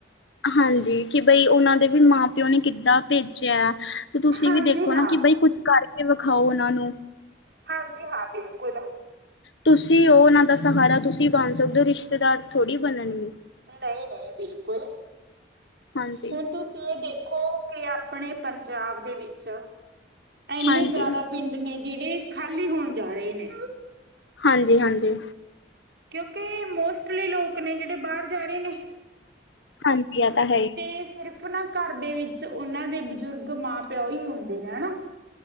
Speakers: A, on the left; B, on the right.
A: ਹਾਂਜੀ, ਕਿ ਬਈ ਓਨਾਂ ਦੇ ਵੀ ਮਾਂ-ਪੇਓ ਨੇ ਕਿੱਦਾਂ ਪੇਜੇਆ। ਤੇ ਤੁਸੀ
B: ਹਾਂਜੀ
A: ਵੀ ਦੇਖੋ
B: ਹਾਂ।
A: ਨਾ ਕਿ ਬਈ ਕੁੱਝ ਕਰਕੇ ਵਿਖਾਓ ਓਨਾਂ ਨੂੰ
B: ਹਾਂਜੀ, ਹਾ ਬਿਲਕੁਲ।
A: ਤੁਸੀ ਓ ਓਨਾਂ ਦਾ ਸਹਾਰਾ ਤੁਸੀ ਬਣ ਸਕਦੇ ਓ ਰਿਸ਼ਤੇਦਾਰ ਥੋੜੀ ਬਣਨਗੇ।
B: ਨਈ, ਨਈ, ਬਿਲਕੁਲ
A: ਹਾਂਜੀ
B: ਹੁਣ ਤੁ ਚ ਏ ਦੇਖੋ ਕਿ ਅਪਣੇ ਪੰਜਾਬ ਦੇ ਵਿੱਚ ਏਨੇ
A: ਹਾਂਜੀ
B: ਜਾਦਾ ਪਿੰਡ ਨੇ ਜੇੜੇ ਖਾਲੀ ਹੋਣ ਜਾ ਰਏ ਨੇ।
A: ਹਾਂਜੀ, ਹਾਂਜੀ।
B: ਕੇਯੋਂਕੇ ਮੋਸਟਲੀ ਲੋਕ ਨੇ ਜੇੜੇ ਬਾਰ ਜਾ ਰਏ ਨੇ।
A: ਹਾਂਜੀ, ਆ ਤਾਂ ਹੈ ਈ।
B: ਤੇ ਸਿਰਫ ਨਾ ਘਰ ਦੇ ਵਿੱਚ ਓਨਾਂ ਦੇ ਬਜ਼ੁਰਗ ਮਾਂ-ਪਿਓ ਈ ਹੁੰਦੇ ਨੇ ਹੈਨਾ।